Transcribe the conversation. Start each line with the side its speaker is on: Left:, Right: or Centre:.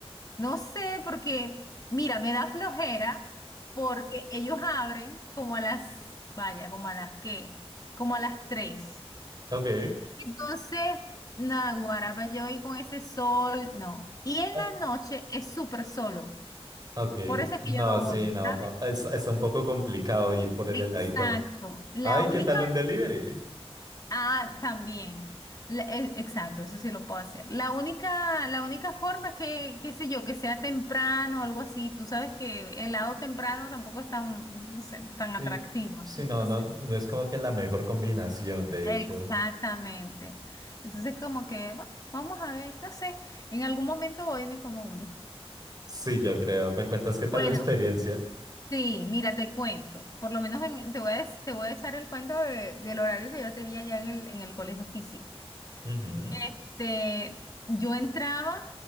Left: No sé, porque, mira, me da flojera porque ellos abren como a las, vaya, como a las qué, como a las tres.
Right: Ok,
Left: Entonces, naguará, para yo ir con ese sol, no. Y en
Right: Ah,
Left: la noche es súper solo.
Right: ok.
Left: Por eso es
Right: No,
Left: que yo no
Right: sí,
Left: voy,
Right: no,
Left: ¿sabes?
Right: co- es, es un poco complicado ir por el
Left: Exacto.
Right: heladito.
Left: La
Right: Ay,
Left: única
Right: ¿qué tal un delivery?
Left: Ah, también. La- e- exacto, eso sí lo puedo hacer. La única, la única forma es que, qué sé yo, que sea temprano o algo así. Tú sabes que el lado temprano tampoco es tan, no sé, tan
Right: sí.
Left: atractivo así,
Right: Sí, no,
Left: no
Right: no,
Left: sé.
Right: no es como que la mejor combinación, de
Left: Exactamente.
Right: hecho.
Left: Entonces, como que, bueno, vamos a ver, no sé, en algún momento voy y me como uno.
Right: Sí, yo creo. ¿Me cuentas qué tal
Left: Bueno,
Right: la experiencia?
Left: sí, mira, te cuento. Por lo menos en- te voy a, des- te voy a echar el cuento de- del horario que yo tenía ya en el, en el colegio físico.
Right: Ujú,
Left: Este, yo entraba,